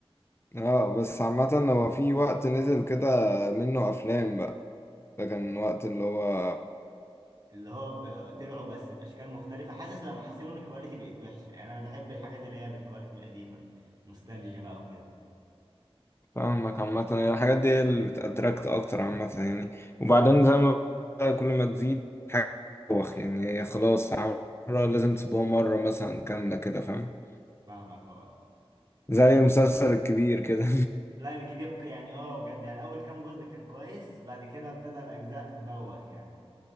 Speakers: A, on the left; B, on the right.
A: اه بس عامة هو في وقت نزل كده منه افلام بقى ده كان وقت اللي هو
B: اللي هو ب- طلعوا بس باشكال مختلفة حاسس لما حسنوا الكواليتي بقت وحشة يعني انا بحب الحاجات اللي هي بالكواليتي القديمة نوستالجيا بقى وكده
A: فاهمك عامة يعني الحاجات دي هي اللي بتأتراكت اكتر عامة يعني وبعدين زي ما بقول كل ما تزيد حاجة بتبوخ يعني هي خلاص مرة لازم تسيبوها مرة مثلا كاملة كده فاهم
B: فاهمك اه طب
A: زي
B: انت
A: المسلسل الكبير كده
B: لا الكبير ك- يعني اه بجد يعني اول كام جزء كان كويس بعد كده ابتدى الاجزاء تبوخ يعني